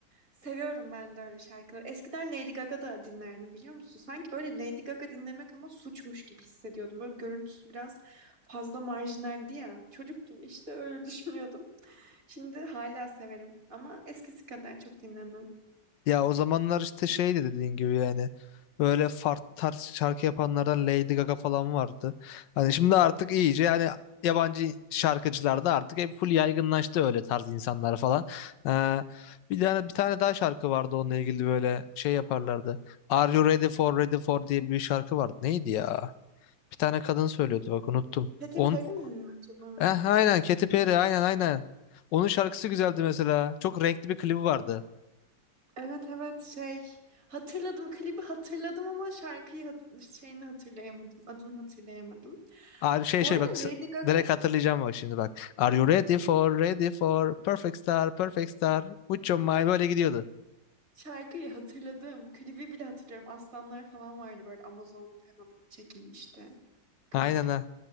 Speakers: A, on the right (about 45°); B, on the left (about 70°).
A: Seviyorum ben de öyle şarkıları. Eskiden Lady Gaga da dinlerdim biliyor musun? Sanki böyle Lady Gaga dinlemek ama suçmuş gibi hissediyordum. Böyle görüntüsü biraz fazla marjinaldi ya. Çocuktum işte öyle <laughs> düşünüyordum. Şimdi hala severim ama eskisi kadar çok dinlemem.
B: Ya o zamanlar işte şeydi dediğin gibi yani. Böyle farklı tarz şarkı yapanlardan Lady Gaga falan vardı. Hani şimdi artık iyice yani yabancı şarkıcılar da artık hep full yaygınlaştı öyle tarz insanlar falan. Ee, bir tane bir tane daha şarkı vardı onunla ilgili böyle şey yaparlardı. Are You Ready for Ready for diye bir şarkı vardı. Neydi ya? Bir tane kadın söylüyordu bak unuttum.
A: Katy
B: On,
A: Perry mi acaba?
B: eh, aynen Katy Perry aynen aynen. Onun şarkısı güzeldi mesela. Çok renkli bir klibi vardı.
A: Evet evet şey hatırladım klibi hatırladım ama şarkıyı hat- şeyini hatırlayamadım adını hatırlayamadım.
B: Aa, şey
A: Bu
B: şey
A: arada
B: bak s-
A: Lady Gaga
B: direkt hatırlayacağım bak şimdi bak. Are you ready for ready for perfect star perfect star with your mind böyle gidiyordu.
A: Şarkıyı hatırladım. Klibi bile hatırlıyorum. Aslanlar falan vardı böyle Amazon temalı çekilmişti klip.
B: Aynen ha.